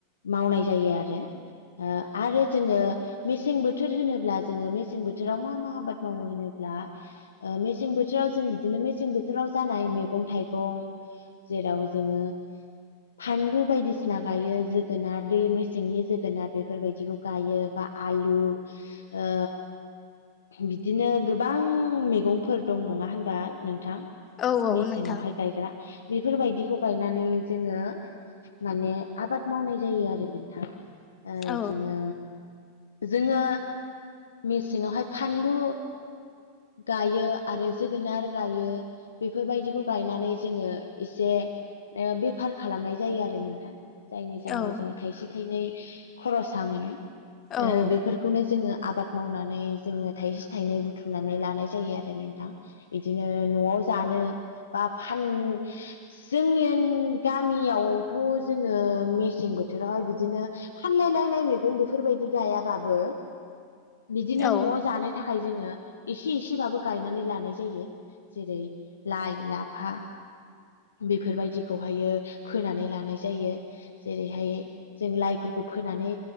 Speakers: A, on the left; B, on the left.
A: मावनाय जायो आरो अ आरो जोङो मेसें बोथोर होनोब्ला जोङो मेसें बोथोराव मा मा आबाद मावो होनो- ब्ला अ मेसें बोथोराव जों बिदिनो मेसें बोथोराव जानाय मेगं थाइगं जेराव जोङो फानलु बायदि- सिना गायो जोगोनार दै मेसेंनि जोगोनार बेफोरबायदिखौ गायो बा आलु ओ बिदिनो गोबां मैगंफोर दं नङा होनबा नोंथां
B: औ औ
A: मेसेंआवहाय
B: नोंथां
A: गायग्रा बेफोरबायदिखौ गायनानै जोङो माने आबाद मावनाय जायो आरो नोंथां इदिनो
B: औ
A: जोङो मेसेङावहाय फानलु गायो आरो जोगोनार गायो बेफोरबायदिखौ गायनानै जोङो एसे बेफार खालामनाय जायो आरो नों जायनि जाहनाव
B: औ
A: जोङो थाइसे थाइनै खरसा मोनो ओ
B: औ
A: बेफोरखौनो जोङो आबाद मावनानै जोङो थाइसे थाइनै बुथुमनानै लानाय जायो आरो नोंथां बिदिनो न'आव जानो बा फान जोंनि गामियावथ' जोङो मेसें बोथोरावहाय बिदिनो फानलाय लायनाय मैगं बेफोरबायदि गायाबाबो बिदिनो
B: औ
A: न'आव जानो थाखाय जोङो इसे एसेबाबो गायनानै लानाय जायो जेरै लाइ लाफा बेफोरबायदिखौहायो फोनानै लानाय जायो जेरैहाय जों लाइफोरखौ फो फोनानै